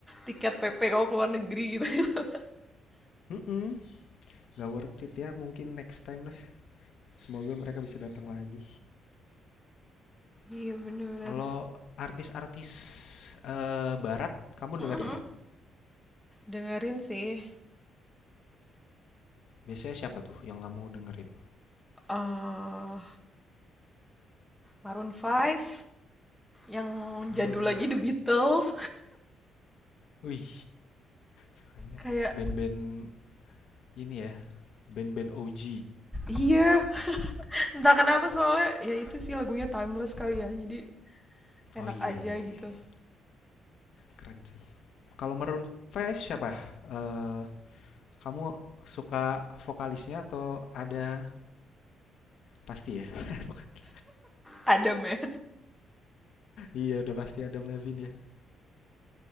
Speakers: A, in the centre; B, on the left.
A: tiket PP kalau keluar negeri gitu. <laughs>
B: mm nggak worth it ya. Mungkin next time lah. Semoga mereka bisa datang lagi.
A: Iya bener-bener.
B: Kalau artis-artis eh, barat kamu
A: Mm-mm.
B: dengerin nggak?
A: Dengerin sih
B: Biasanya siapa tuh yang kamu dengerin?
A: eh Maroon five yang
B: Hmm,
A: jadul lagi The Beatles
B: wih, sukanya
A: <laughs> kayak
B: band-band ini ya, band-band OG.
A: iya entah kenapa soalnya ya itu sih lagunya timeless kali ya jadi enak
B: Oh iya
A: aja
B: iya
A: gitu
B: iya, iya. keren sih. Kalau Maroon 5 siapa? Eh, kamu suka vokalisnya atau ada pasti ya? <laughs>
A: Adam ya
B: Iya udah pasti Adam Levine ya.